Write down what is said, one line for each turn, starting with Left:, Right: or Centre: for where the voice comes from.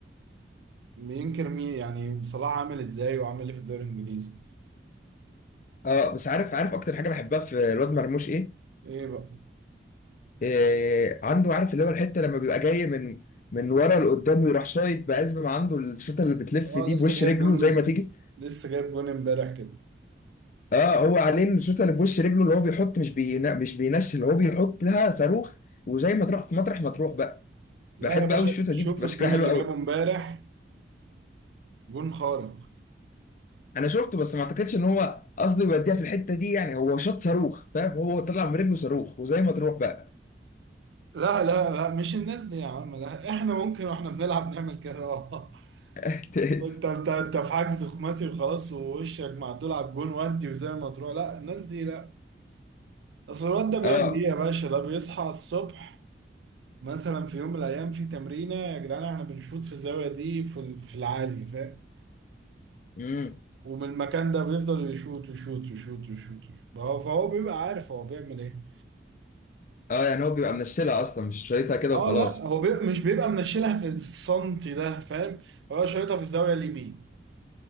Right: ينكر مين يعني صلاح عامل ازاي وعامل ايه في الدوري الانجليزي
Left: اه بس عارف عارف أكتر حاجة بحبها في الواد مرموش إيه؟
Right: ايه بقى
Left: إيه عنده عارف اللي هو الحتة لما بيبقى جاي من من ورا لقدام ويروح شايط بقى ما عنده الشوطة اللي بتلف
Right: اه
Left: دي
Right: لسه
Left: بوش
Right: جايب
Left: رجله
Right: جون
Left: زي ما
Right: لسه
Left: تيجي
Right: لسه جايب جون امبارح كده
Left: اه هو عليه الشوطه اللي في وش رجله اللي هو بيحط مش بينا مش بينشل هو بيحط لها صاروخ وزي ما تروح في مطرح ما تروح بقى
Right: لا
Left: بحب
Right: يا باشا
Left: قوي الشوطه
Right: شوف
Left: دي بتبقى
Right: الجون
Left: شكلها حلو
Right: اللي
Left: قوي
Right: جابه امبارح جون خارق
Left: انا شفته بس ما اعتقدش ان هو قصده يوديها في الحته دي يعني هو شاط صاروخ فاهم هو طلع من رجله صاروخ وزي ما تروح بقى
Right: لا لا لا مش الناس دي يا عم لا احنا ممكن واحنا بنلعب نعمل كده <laughs> اه
Left: <laughs>
Right: انت انت انت في حجز خماسي وخلاص ووشك معدول على الجون ودي وزي ما تروح لا الناس دي لا اصل الواد ده بيعمل
Left: اه
Right: ايه يا باشا ده بيصحى الصبح مثلا في يوم من الايام في تمرينه يا جدعان احنا بنشوط في الزاويه دي في ال- في العالي فاهم
Left: امم
Right: ومن المكان ده بيفضل يشوط يشوط يشوط يشوط يشوط فهو فهو بيبقى عارف هو بيعمل ايه
Left: اه يعني هو بيبقى منشلها اصلا مش شايطها كده
Right: اه
Left: وخلاص
Right: لا هو بي... مش بيبقى منشلها في السنتي ده فاهم هو شايطها في الزاويه اليمين